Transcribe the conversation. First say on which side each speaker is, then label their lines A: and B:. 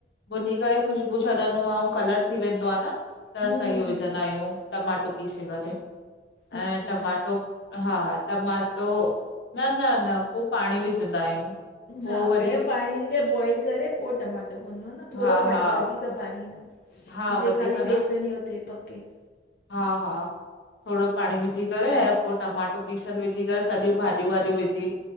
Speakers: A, on the left (about 75°); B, on the left (about 50°).
A: बुञी करे ख़ुशबू छॾंदो आहे ऐं कलर थी वेंदो आहे न त
B: हम्म
A: असां इहो विझंदा आहियूं टमाटो पीसे करेे
B: अच्छा
A: ऐं टमाटो हा टमाटो न न न पो पाणी विझंदा आहियूं। पो
B: हा,
A: वरी
B: पहिरियों पाणी विझी करे बॉइल करे पोइ टमाटो पवन्दो आ न थोरो
A: हा
B: पाणी
A: हा
B: वधीक
A: पो-
B: पाणी न
A: हा
B: जे
A: वधीक
B: खाली बेसण
A: न
B: ई उ थे पके
A: हा हा थोरो पाणी विझी करे ऐं पो टमाटो पीसियल विझी करे सॼियूं भाॼियूं वाॼियूं विझी,